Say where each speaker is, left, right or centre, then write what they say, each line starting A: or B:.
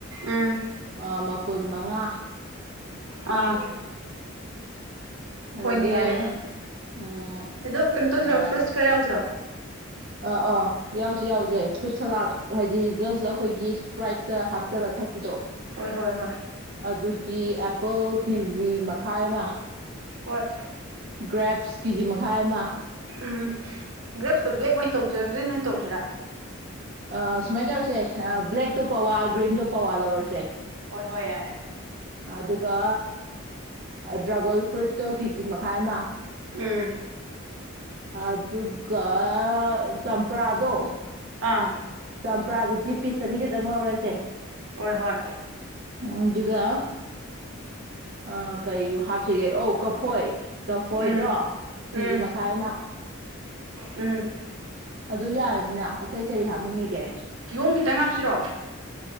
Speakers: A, on the right; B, on the right.
A: ꯎꯝ
B: ꯑꯥ ꯃꯄꯨꯟ ꯃꯉꯥ
A: ꯑꯥ
B: ꯑꯗꯒꯤ
A: ꯍꯣꯏꯅꯦ ꯌꯥꯏꯔꯦꯅꯦ
B: ꯎꯝ
A: ꯑꯗꯣ ꯀꯩꯅꯣ ꯇꯧꯁꯤꯔꯣ
B: ꯑꯥ
A: ꯐ꯭ꯔꯨꯠꯁ ꯈꯔ ꯌꯥꯎꯁꯤꯔꯣ
B: ꯑꯥ ꯑꯥ ꯌꯥꯎꯖꯦ ꯌꯥꯎꯖꯦ ꯐ꯭ꯔꯨꯠ ꯁꯂꯥꯗ ꯍꯥꯏꯗꯤ ꯖꯁ ꯑꯈꯣꯏꯒꯤ ꯁꯄ꯭ꯔꯥꯏꯠꯇ ꯍꯥꯞꯆꯜꯂ ꯊꯛꯄꯤꯗꯣ
A: ꯍꯣꯏ ꯍꯣꯏ ꯍꯣꯏ
B: ꯑꯗꯨꯒꯤ ꯑꯦꯄꯜ ꯀꯦꯖꯤ ꯃꯈꯥꯏ ꯑꯃ
A: ꯍꯣꯏ
B: ꯒ꯭ꯔꯦꯞꯁ ꯀꯤꯖꯤ ꯃꯈꯥꯏ ꯑꯃ
A: ꯎꯝ ꯒ꯭ꯔꯦꯞꯁꯇꯣ ꯕ꯭ꯂꯦꯛ ꯑꯣꯏꯅ ꯇꯧꯖꯤꯔꯥ ꯒ꯭ꯔꯤꯟ ꯑꯣꯏꯅ ꯇꯧꯖꯤꯔꯥ
B: ꯑꯥ ꯁꯨꯃꯥꯏ ꯇꯧꯔꯁꯦ ꯑ ꯕ꯭ꯂꯦꯛꯇꯣ ꯄꯋꯥ ꯒ꯭ꯔꯤꯟꯗꯣ ꯄꯋꯥ ꯂꯧꯔꯁꯦ
A: ꯍꯣꯏ ꯍꯣꯏ ꯌꯥꯏꯌꯦ
B: ꯑꯗꯨꯒ ꯗ꯭ꯔꯥꯒꯜ ꯐ꯭ꯔꯨꯏꯠꯇꯣ ꯀꯤꯖꯤ ꯃꯈꯥꯏ ꯑꯃ
A: ꯎꯝ
B: ꯑꯗꯨꯒ ꯆꯝꯄ꯭ꯔꯥꯗꯣ
A: ꯑꯥ
B: ꯆꯝꯄ꯭ꯔꯥꯗꯨꯗꯤ ꯄꯤꯁ ꯑꯅꯤ ꯈꯤꯇꯪ ꯂꯧꯔꯁꯦ
A: ꯍꯣꯏ ꯍꯣꯏ
B: ꯎꯝ ꯑꯗꯨꯒ ꯑꯥ ꯀꯩꯕꯨ ꯍꯥꯞꯁꯤꯒꯦ ꯑꯧ ꯀꯐꯣꯏ ꯀꯐꯣꯏꯗꯣ
A: ꯎꯝ ꯎꯝ
B: ꯀꯦꯖꯤ ꯃꯈꯥꯏ ꯑꯃ
A: ꯎꯝ
B: ꯑꯗꯨ ꯌꯥꯔꯅꯤꯅ ꯑꯇꯩ ꯀꯔꯤ ꯍꯥꯞꯅꯤꯡꯉꯤꯒꯦ
A: ꯀꯤꯌꯣꯝ ꯈꯤꯇꯪ ꯍꯥꯞꯁꯤꯔꯣ